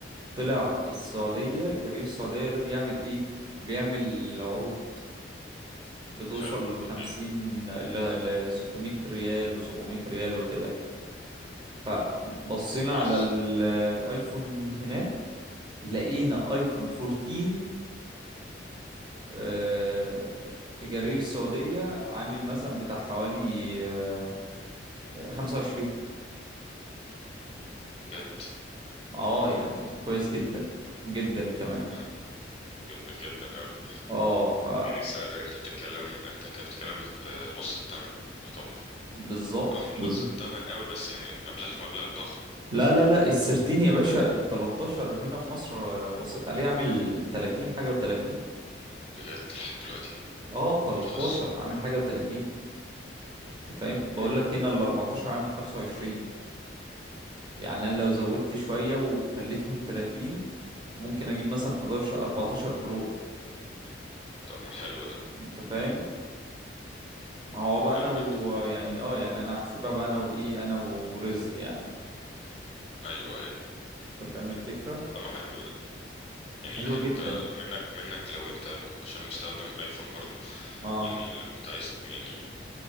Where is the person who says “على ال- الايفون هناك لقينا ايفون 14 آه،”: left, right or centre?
Right